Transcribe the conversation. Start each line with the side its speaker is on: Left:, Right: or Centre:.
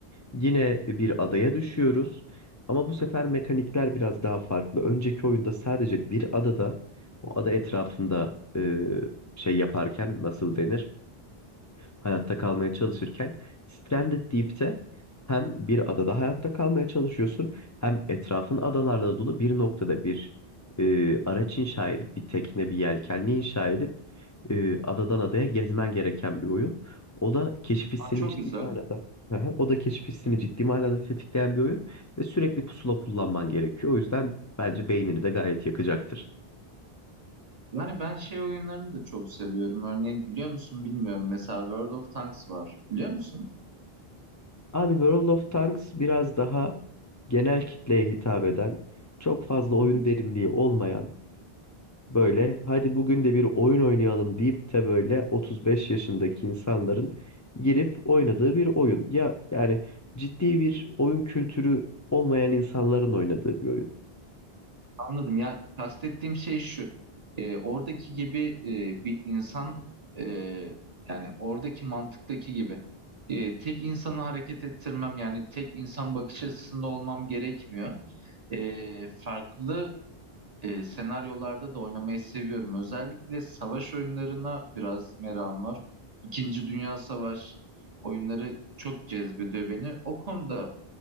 Left: Yine bir adaya düşüyoruz. Ama bu sefer mekanikler biraz daha farklı. Önceki oyunda sadece bir adada, o ada etrafında e, şey yaparken nasıl denir? hayatta kalmaya çalışırken Stranded Deep'te hem bir adada hayatta kalmaya çalışıyorsun hem etrafın adalarla dolu bir noktada bir e, araç inşa edip bir tekne bir yelkenli inşa edip e, adadan adaya gezmen gereken bir oyun. O da keşif hissini
Right: Aa, çok
Left: ciddi
Right: güzel.
Left: manada Aha, o da keşif hissini ciddi manada tetikleyen bir oyun ve sürekli pusula kullanman gerekiyor. O yüzden bence beynini de gayet yakacaktır.
Right: Yani ben şey oyunlarını da çok seviyorum. Örneğin biliyor musun bilmiyorum. Mesela World of Tanks var. Biliyor musun?
Left: Abi World of Tanks biraz daha genel kitleye hitap eden, çok fazla oyun
Right: Hı hı.
Left: derinliği olmayan, böyle hadi bugün de bir oyun oynayalım deyip de böyle 35 yaşındaki insanların girip oynadığı bir oyun. Ya yani ciddi bir oyun kültürü olmayan insanların oynadığı bir oyun.
Right: Anladım. Ya kastettiğim şey şu. Ee, oradaki gibi e, bir insan e, yani oradaki mantıktaki gibi e, tek insanı hareket ettirmem yani tek insan bakış açısında olmam gerekmiyor. E, farklı e, senaryolarda da oynamayı seviyorum. Özellikle savaş oyunlarına biraz merakım var. İkinci Dünya Savaşı oyunları çok cezbediyor beni. O konuda